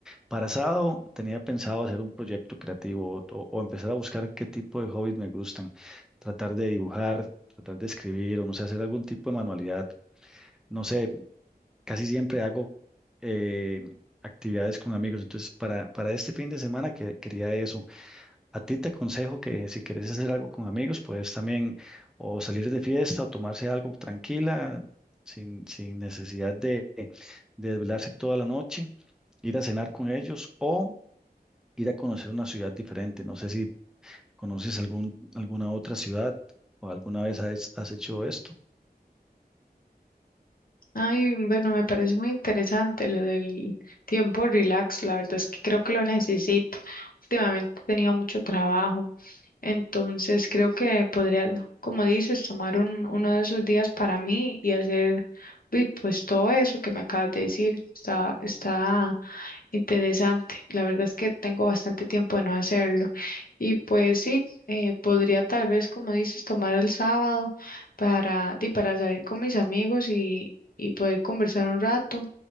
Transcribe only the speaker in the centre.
Para sábado tenía pensado hacer un proyecto creativo o, o empezar a buscar qué tipo de hobbies me gustan, tratar de dibujar, tratar de escribir o no sé, hacer algún tipo de manualidad. No sé, casi siempre hago eh, actividades con amigos, entonces para, para este fin de semana que, quería eso. A ti te aconsejo que si quieres hacer algo con amigos, puedes también o salir de fiesta o tomarse algo tranquila, sin, sin necesidad de, de desvelarse toda la noche ir a cenar con ellos o ir a conocer una ciudad diferente. No sé si conoces algún, alguna otra ciudad o alguna vez has, has hecho esto.